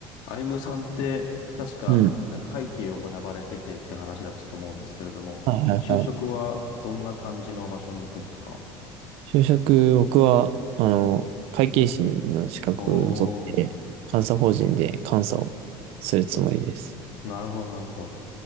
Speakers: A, on the left; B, on the right.
A: アイムさんって、確か、
B: うん。
A: なんか会計を学ばれててって話だったと思うんですけれども、
B: はいはいはい。
A: 就職はどんな感じの場所に行くんですか
B: 就職、僕は、あの、会計士の資格を取って、
A: お
B: 監査法人で監査をするつもりです。
A: ー、なるほど、なるほど。